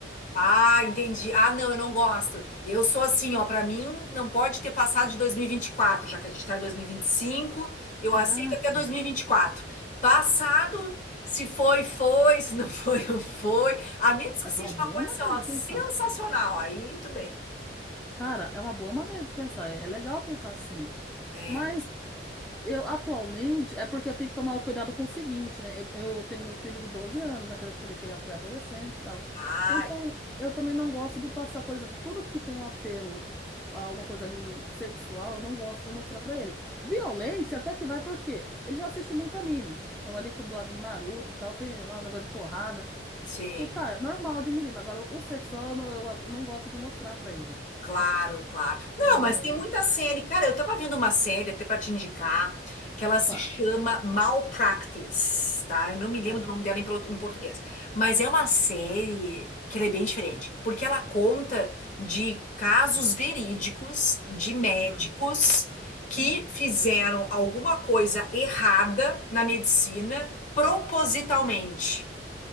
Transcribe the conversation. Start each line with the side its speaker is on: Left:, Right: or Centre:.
Left: Ah, entendi. Ah, não, eu não gosto. Eu sou assim, ó, pra mim não pode ter passado de dois mil e e vinte e quatro, já que a gente tá em dois mil e e vinte e cinco. eu
Centre: Caraca,
Left: aceito até dois mil e e vinte e quatro. Passado, se foi, foi, se não foi, <laughs> não foi. A menos que
Centre: é
Left: seja
Centre: uma boa
Left: uma coisa
Centre: maneira
Left: assim, ó,
Centre: de
Left: sensacional,
Centre: pensar.
Left: aí tudo bem.
Centre: Cara, é uma boa maneira de pensar. É é legal pensar assim.
Left: É.
Centre: Mas Eu atualmente, é porque eu tenho que tomar o cuidado com o seguinte, né? Eu, eu tenho meu filho de 12 anos, né, que eu já te falei que ele é um pré-adolescente e tal.
Left: Ah,
Centre: Então, eu também não gosto de passar, por exemplo, tudo que tem um apelo a alguma coisa ali sexual, eu não gosto de mostrar pra ele. Violência até que vai, por quê? Ele já assiste muito anime. Eu ali do lado do Naruto e tal, tem lá um negócio de porrada.
Left: sim,
Centre: Falei, tá, é normal de menino. Agora, o o sexual eu não, eu, eu não gosto de mostrar pra ele,
Left: claro,
Centre: né?
Left: claro. Não,
Centre: É...
Left: mas tem muita série. Cara, eu tava vendo uma série até pra te indicar, que ela
Centre: Opa.
Left: se chama Malpractice, tá? Eu não me
Centre: Ah,
Left: lembro do nome dela em pro- em português. Mas é uma série que ela é bem diferente, porque ela conta de casos verídicos de médicos
Centre: ah.
Left: que
Centre: ah.
Left: fizeram alguma coisa errada na medicina propositalmente.